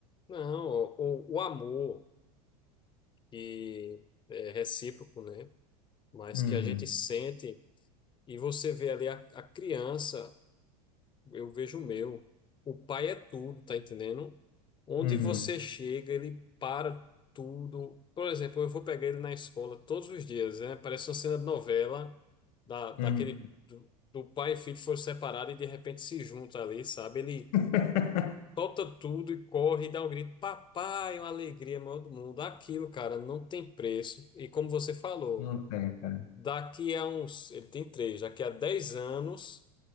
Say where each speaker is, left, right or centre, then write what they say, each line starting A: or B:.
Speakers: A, on the left (about 25°); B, on the left (about 70°).
A: Não, o, o amor que é recíproco, né? Mas
B: Uhum,
A: que a gente sente e você vê ali a, a criança, eu vejo o meu. O pai é tudo, tá entendendo? Onde
B: uhum,
A: você chega, ele para tudo. Por exemplo, eu vou pegar ele na escola todos os dias, né? Parece uma cena de novela da, daquele
B: uhum.
A: do, do pai e filho que foram separados e de repente se juntam ali, sabe? Ele
B: <laughs>
A: Solta tudo e corre e dá um grito. Papai, é uma alegria maior do mundo. Aquilo, cara, não tem preço. E como você falou,
B: Não tem, cara.
A: daqui a uns, ele tem três, daqui a dez anos,